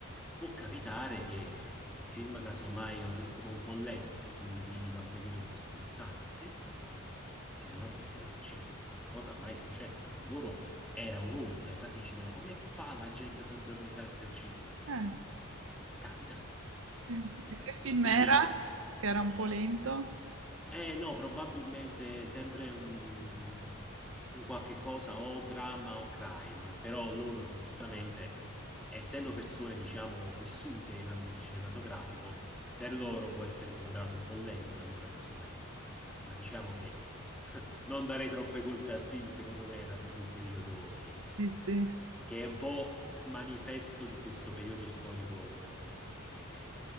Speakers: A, in the centre; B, on the right.
A: può capitare che il film casomai ha un ritmo un po' lento, tu vieni da un periodo un po' stressante, sei stanco, si sono addormentati al cinema, cosa mai successa per loro era un'onta, infatti dicevano come fa la gente ad addormentarsi al cinema?
B: Eh,
A: Capita,
B: sì. E
A: capita.
B: Che film
A: Quindi
B: era? Che era un po' lento?
A: eh no, probabilmente sempre un, un qualche cosa o dramma o crime, però loro giustamente, essendo persone, diciamo, vissute in ambito cinematografico, per loro può essere sembrato un po' lento e allora casomai si sono addormentati. Ma diciamo che <laughs> non darei troppe colpe al film, secondo me era proprio il periodo che,
B: Sì, sì.
A: che è un po' manifesto di questo periodo storico di tutti noi, che